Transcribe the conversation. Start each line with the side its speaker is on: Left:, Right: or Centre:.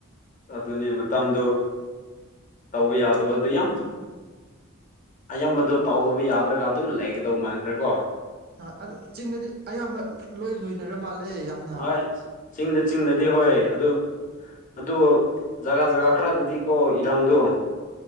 Left: ꯑꯗꯨꯅꯤ ꯃꯇꯝꯗꯨ ꯇꯧꯕ ꯌꯥꯗꯕꯗꯨ ꯌꯥꯝ ꯑꯌꯥꯝꯕꯗꯣ ꯇꯧꯕ ꯌꯥꯗ꯭ꯔꯒ ꯑꯗꯨꯝ ꯂꯩꯒꯗꯧꯕ ꯃꯥꯟꯈ꯭ꯔꯦꯀꯣ
Right: ꯍꯥ ꯑꯗꯨ ꯆꯤꯡꯗꯗꯤ ꯑꯌꯥꯝꯕ ꯂꯣꯏ ꯂꯣꯏꯅꯔ ꯃꯥꯜꯂꯦ ꯌꯥꯝꯅ
Left: ꯍꯣꯏ ꯆꯤꯡꯗ ꯆꯤꯡꯗ ꯍꯣꯏ ꯑꯗꯨ ꯑꯗꯨꯕꯨ ꯖꯒꯥ ꯖꯒꯥ ꯈꯔꯗꯗꯤ ꯀꯣ ꯏꯔꯥꯡꯗꯨ